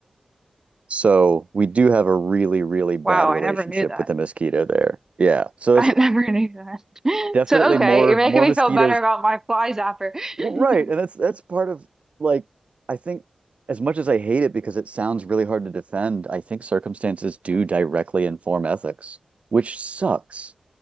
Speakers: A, on the right (about 50°); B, on the right (about 20°).
A: So we do have a really, really bad
B: Wow,
A: relationship
B: I never knew that.
A: with the mosquito there. Yeah.
B: <laughs>
A: So
B: I
A: it's
B: never knew that.
A: definitely
B: <laughs> So, okay,
A: more
B: you're making
A: more
B: me
A: mosquitoes.
B: feel better about my fly zapper.
A: Well, right,
B: <laughs>
A: and that's that's part of like I think as much as I hate it because it sounds really hard to defend, I think circumstances do directly inform ethics, which sucks